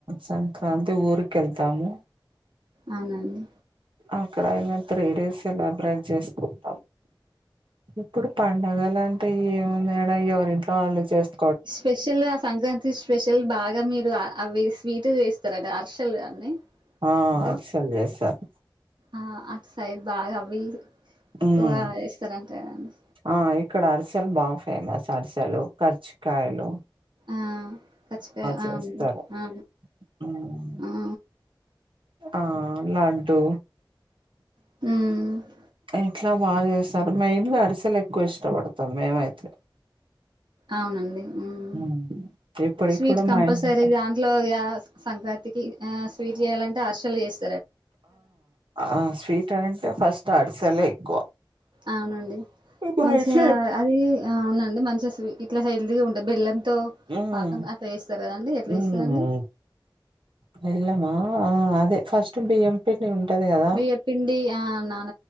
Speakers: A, on the right; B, on the right.
A: సంక్రాంతి ఊరికి ఎల్తాము
B: అవునండి
A: అక్కడ ఇక త్రీ డేస్ సెలబ్రేట్ చేసుకుంటాం ఇప్పుడు పండగలంటే ఏమున్నాయడా ఎవరింట్లో వాళ్ళు చేస్త
B: స్పెషల్ గా సంక్రాంతి స్పెషల్ బాగా మీరు అవి స్వీట్ వేస్తారట అరెసలు అన్ని
A: ఆ
B: ఎక్కువ
A: అరిసెలు చేస్తారు
B: ఆ అట్ సైడ్ బాగా అవి ఎక్కువ
A: ఉమ్
B: ఏస్తారంటా గదా అండి
A: ఆ ఇక్కడ అరిసెలు బా ఫేమస్ అరిసెలు కర్జికాయలు
B: ఆ కజ్జికాయ
A: చేస్తారు
B: ఆ ఆ
A: ఉమ్
B: ఆ
A: ఆ లడ్డు
B: మ్
A: ఇంట్లో బాగా చేస్తారు మెయిన్గా అరిసలు ఎక్కువ ఇష్టపడతాం మేమైతే
B: అవునండి ఊమ్
A: హ్మ్. ఇప్పటికి
B: స్వీట్
A: కూడా
B: కంపల్సరీగా
A: మా ఇంట్లో
B: ఇంట్లో ఆ సంక్రాంతికి ఆ స్వీట్ చేయాలంటే అరిసలు చేస్
A: ఆ స్వీట్ అంటే ఫస్ట్ ఆడిసలే ఎక్కువ
B: అవునండి
A: మా
B: మంచిగా
A: ఇంట్లో
B: అది ఆ అవునండి మంచి ఇట్లా చే ఉండ బెల్లంతో
A: ఉమ్
B: పాకం అట్లా చేస్తారు కదండి ఎట్లా
A: ఉమ్
B: చేస్తారండి
A: బెల్లమా ఆ అదే ఫస్ట్ బియ్యం పిండి ఉంటది కదా
B: బియ్య పిండి ఆ నాన